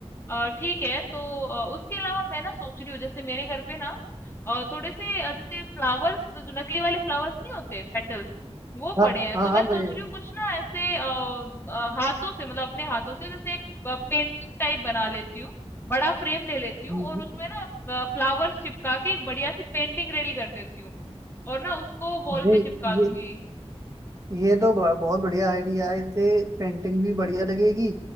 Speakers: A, on the left; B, on the right.
A: अ, ठीक है तो अ, उसके अलावा मैं ना सोच रही हूँ जैसे मेरे घर पे ना अ, थोड़े से अ, जैसे फ्लावर्स जो नकली वाले फ्लावर्स नहीं होते पेटल्स वो
B: हाँ
A: पड़े हैं
B: हाँ
A: तो
B: हाँ
A: मैं सोच
B: भाई
A: रही हूँ कुछ ना ऐसे अ, अ, हाथों से मतलब अपने हाथों से जैसे एक पेंटिंग टाइप बना लेती हूँ बड़ा फ्रेम ले लेती हूँ
B: हम्म,
A: और उसमें ना फ्लावर्स चिपका के एक बढ़िया सी पेंटिंग रेडी कर देती हूँ और ना उसको वॉल
B: नहीं
A: पे चिपका
B: ये
A: दूंगी
B: ये तो ब- बहुत बढ़िया आइडिया है इससे पेंटिंग भी बढ़िया लगेगी